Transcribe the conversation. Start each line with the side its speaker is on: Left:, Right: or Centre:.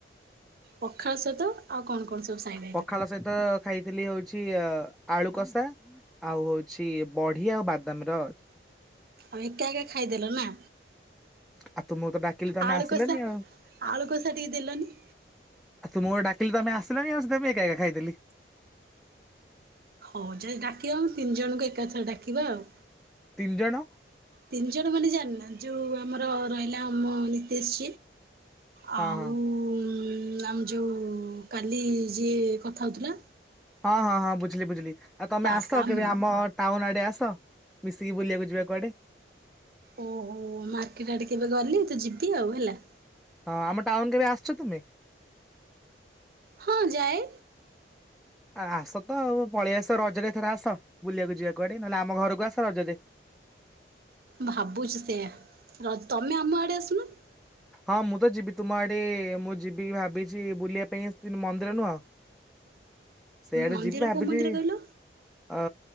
Right: ପଖାଳ ସହିତ ଆଉ କଣ କ? କଣ ସବୁ ସାଇଡ଼ରେ?
Centre: ପଖାଳ ସହିତ ଖାଇଥିଲି ହଉଛି ଅ ଆଳୁ କଷା, ଆଉ ହଉଛି ବଢି ଆଉ ବାଦାମର
Right: ଆଉ ଏକା ଏକ ଖାଇଦଲ ନା।
Centre: ଆଉ ତୁମକୁ ତ ଡାକିଲି ତମେ
Right: ଆଳୁକଷା,
Centre: ଆସିଲନି ଆଉ।
Right: ଆଳୁକଷା ଟିକେ ଦେଲନି।
Centre: ଆଉ ତୁମକୁ ଡାକିଲି ତମେ ଆସିଲନି ଆଉ ସେଥିପାଇଁ ମୁ ଏକା ଏକା ଖାଇଦେଲି।
Right: ହଉ ଯଦି ଡାକିବ ଆମ ତିନି ଜଣଙ୍କୁ ଏକାଥରେ ଡାକିବା ଆଉ।
Centre: ତିନି ଜଣ?
Right: ତିନିଜଣ ମାନେ ଜାଣନା ଯୋଉ ଆମର ରହିଲା ଆମ ନିତେଶ୍ ଆଉ
Centre: ହଁ ହଁ।
Right: ଉଁ ମ୍ୟାମ୍ ଯୋଉ କାଲି ଯିଏ କଥା ହଉଥିଲା।
Centre: ହଁ ହଁ ହଁ ବୁଝିଲି ବୁଝିଲି, ଆଉ ତମେ
Right: ବାସ୍
Centre: ଆସ
Right: ଆଉ
Centre: କେବେ
Right: ମୁଁ
Centre: ଆମ ଟାଉନ୍ ଆଡେ ଆସ, ମିଶିକି ବୁଲିବାକୁ ଯିବା କୁଆଡେ?
Right: ଓହୋ ମାର୍କେଟ ଆଡେ କେବେ ଗଲେ ତ ଯିବି ଆଉ ହେଲା।
Centre: ହଁ ଆମ ଟାଉନ କେବେ ଆସିଚ ତୁମେ?
Right: ହଁ ଯାଏ।
Centre: ଆ ଆସ ତ ଆଉ ପଳେଇ ଆସ ରଜରେ ଏଥର ଆସ ବୁଲିବାକୁ ଯିବା କୁଆଡେ ନହେଲେ ଆମ ଘରକୁ ଆସ ରଜରେ।
Right: ଭାବୁଛି ସେୟା, ର ତମେ ଆମ ଆଡେ ଆସୁନ?
Centre: ହଁ ମୁଁ ତ ଯିବି ତୁମ ଆଡେ ମୁଁ ଯିବି ଭାବିଛି ବୁଲିବା ପାଇଁ ଆସିଥିନ ମନ୍ଦିର ନୁହଁ। ସେଆଡ଼େ
Right: ମନ୍ଦିର
Centre: ଯିବେ ଭାବିଛି
Right: କୋଉ ମନ୍ଦିର କହିଲ
Centre: ଅ